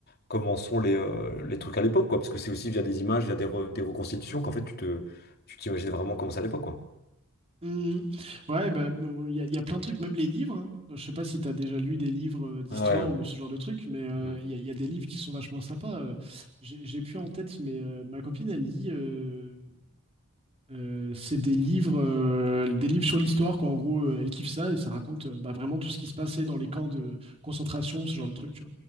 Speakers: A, on the left; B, on the right.
A: comment sont les, euh, les trucs à l'époque, quoi. Parce que c'est aussi via des images, via des, re- des reconstitutions qu'en fait tu te, tu t'imagines vraiment comment c'est à l'époque, quoi.
B: Mmh. Ouais, bah, bon, il y, a il y a plein de trucs, même les livres. hein. Bah, Je sais pas si tu as déjà lu des livres euh, d'histoire
A: Ouais, ouais,
B: ou ce genre de trucs, mais euh,
A: Mm.
B: il y, a il y a des livres qui sont vachement sympas. euh. j'ai j'ai plus en tête, mais euh, ma copine, elle lit. euh, euh, c'est des livres, euh, des livres sur l'histoire, qu'en gros, euh, elle kiffe ça et ça raconte euh, bah, vraiment tout ce qui se passait dans les camps de concentration, ce genre de trucs,